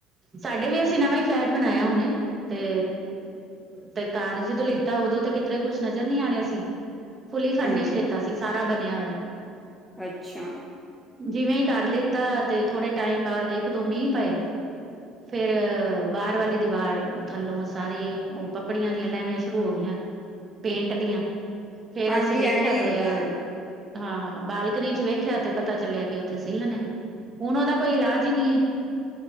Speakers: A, on the right; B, in the centre.
A: ਸਾਡੇ ਵੀ ਅਸੀ ਨਵਾਂ ਹੀ ਫਲੈਟ ਬਣਾਇਆ ਉਹਨੇ ਤੇ ਤੇ ਘਰ ਜਦੋਂ ਲਿੱਤਾ, ਉਦੋਂ ਤੇ ਕਿਤਰੇ ਕੁਛ ਨਜ਼ਰ ਨੀ ਆ ਰਿਹਾ ਸੀ। ਫੁਲੀ ਫਰਨਿਸ਼
B: ਹਾਂਜੀ
A: ਲਿਤਾ ਸੀ ਸਾਰਾ ਬਣਿਆ ਹੋਆ
B: ਅੱਛਾ
A: ਜਿਵੇਂ ਹੀ ਕਰ ਲਿੱਤਾ ਤੇ ਥੋੜੇ ਟਾਈਮ ਬਾਅਦ ਇੱਕ ਦੋ ਮੀਂਹ ਪਏ ਫੇਰ ਬਾਹਰ ਵਾਲੀ ਦੀਵਾਰ ਥੱਲੋਂ ਸਾਰੇ ਉਹ ਪੱਪੜੀਆਂ ਦੀਆਂ ਲੈਣੀਆਂ ਸ਼ੁਰੂ ਹੋ ਗਈਆਂ ਪੇਂਟ ਦੀਆਂ ਫੇਰ
B: ਹਾਂਜੀ
A: ਅਸੀਂ ਵੇਖਿਆ
B: ਐਵੇਂ ਹੀ ਹੁੰਦਾ
A: ਤੇ
B: ਹੈ
A: ਹਾਂ ਬਾਲਕਨੀ ਚ ਵੇਖਿਆ ਤੇ ਪਤਾ ਚੱਲਿਆ ਕਿ ਉੱਥੇ ਸਿੱਲ ਨੇ ਹੁਨ ਉਹਦਾ ਕੋਈ ਇਲਾਜ ਹੀ ਨਹੀਂ ਹੈ